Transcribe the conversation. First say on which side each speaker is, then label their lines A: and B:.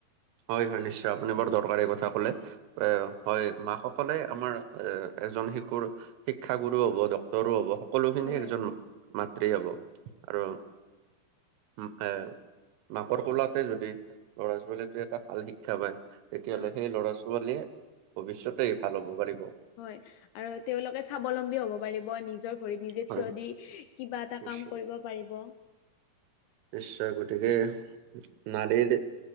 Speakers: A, on the right (about 80°); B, on the left (about 80°).
A: হয় হয় নিশ্চয় আপুনি বৰ দৰকাৰী কথা কলে এ হয় মাক সকলে আমাৰ এ এজন শিশুৰ শিক্ষাগুৰু হ'ব সৰু হব সকলো খিনি
B: হয়
A: এজন মাতৃ হব আৰু উম এ মাকৰ কোলাতে যদি ল'ৰা ছোৱালী দুই এটা ভাল শিক্ষা পায় তেতিয়াহ'লে
B: হয়
A: সেই ল'ৰা ছোৱালীয়ে ভৱিষ্যতে ভাল হ'ব পাৰিব।
B: হয় আৰু তেওঁলোকে স্বাৱলম্বী হ'ব পাৰিব নিজৰ ভৰিত নিজে
A: হয়
B: থিয় দি কিবা এটা
A: নিশ্চয়
B: কাম কৰিব পাৰিব।
A: নিশ্চয় গতিকে নাৰীৰ